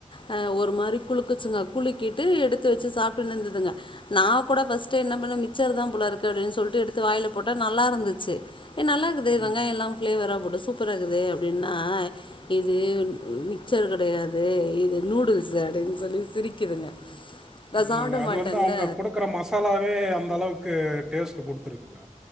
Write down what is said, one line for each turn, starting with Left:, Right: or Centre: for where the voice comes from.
Left: அ ஒரு மாரி குலுக்குச்சுங்க குலுக்கிட்டு எடுத்து வச்சு சாப்ட்டுன்னு இருந்துதுங்க நா கூட ஃபர்ஸ்ட்டு என்ன பண்ண மிச்சர் தா போல இருக்கு அப்படின்னு சொல்லிட்டு எடுத்து வாயில போட்டா நல்லா இருந்துச்சு ஏ நல்லா இருக்குதே
Centre: ஆமாங்க
Left: வெங்காயோ எல்லா ஃப்ளேவரா போட்டு சூப்பரா இருக்குதே அப்டின்னா இது மிக்சர் கெடையாது இது நூடுல்ஸு அப்டின்னு சொல்லி சிரிக்குதுங்க நான்
Centre: ஆமாங்க
Left: சாப்பிட
Centre: அது
Left: மாட்டேன்ல
Centre: வந்து அவுங்க குடுக்குற மசா மசாலாவே அந்த அளவுக்கு டேஸ்ட்டு குடுத்துருதுல்ல